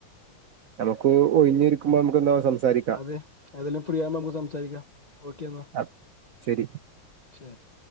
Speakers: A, on the left (about 45°); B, on the right (about 85°).
A: ഉം.
B: നമുക്ക് ഒഴിഞ്ഞൊരിക്കുമ്പോ നമുക്ക് എന്തവ സംസാരിക്ക
A: അതെ. ഏതെല്ലും ഫ്രീ ആവുമ്പോൾ നമുക്ക് സംസാരിക്കാം. ഓക്കെന്ന.
B: ആ, ശരി
A: ശെരി.